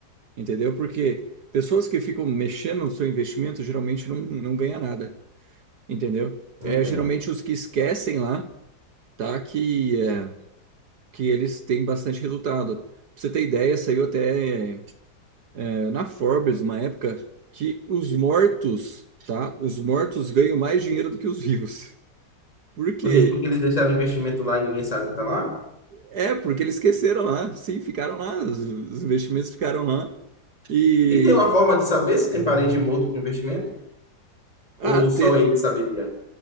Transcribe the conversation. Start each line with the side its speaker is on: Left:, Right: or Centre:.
Right: entendeu? Porque pessoas que ficam mexendo no seu investimento geralmente não, não ganha nada, entendeu?
Left: Não
Right: É
Left: Entendo.
Right: geralmente os que esquecem lá, tá? Que, é, que eles têm bastante resultado. Pra você ter ideia, saiu até é, na Forbes uma época que os mortos, tá? Os mortos ganham mais dinheiro do que os vivos. <laughs> Por quê?
Left: Ô, Gente, porque eles deixaram investimento lá e ninguém sabe que tá lá?
Right: É, porque eles esqueceram lá, sim, ficaram lá, os os investimentos ficaram lá. E
Left: E tem uma forma de saber se tem parente morto com investimento?
Right: ah,
Left: Ou só
Right: te-
Left: ele saberia?